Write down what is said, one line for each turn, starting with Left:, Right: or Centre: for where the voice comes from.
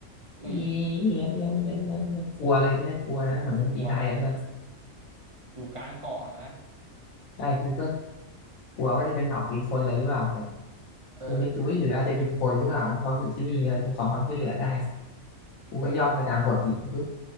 Right: อุ้ย
Left: เยียเยียเยียเยียเยียกลัวเลยที่แรกกลัวนะเหมือนมันตรีไทยอะเพื่อน
Right: กลัวอยู่กลางเกาะนะ
Left: ใช่กูก็กลัวว่าจะเป็นเผากินคนอลยรหรือเปล่าแต่
Right: เออ
Left: กูนึกดูหรืออาจจะเป็นคนหรือเปล่าที่เขาอยู่ที่นี่เป็นของความช่วยเหลือได้กูก็ย่องไปตามโขดหินปุ๊บ